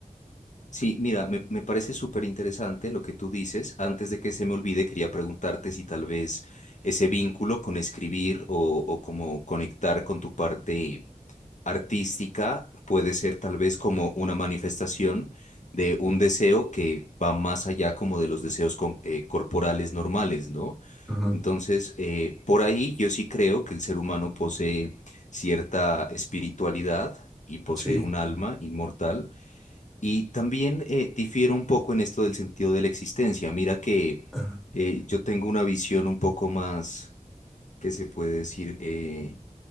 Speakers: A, on the left; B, in the centre.
A: Sí, mira, me, me parece súper interesante lo que tú dices. Antes de que se me olvide, quería preguntarte si tal vez ese vínculo con escribir o, o como conectar con tu parte artística puede ser tal vez como una manifestación de un deseo que va más allá como de los deseos com- eh, corporales normales, ¿no?
B: Ajá,
A: Entonces, eh, por ahí yo sí creo que el ser humano posee cierta espiritualidad y posee
B: Sí,
A: un alma inmortal y también eh, difiero un poco en esto del sentido de la existencia. Mira que
B: ajá,
A: eh, yo tengo una visión un poco más, que se puede decir? Eh,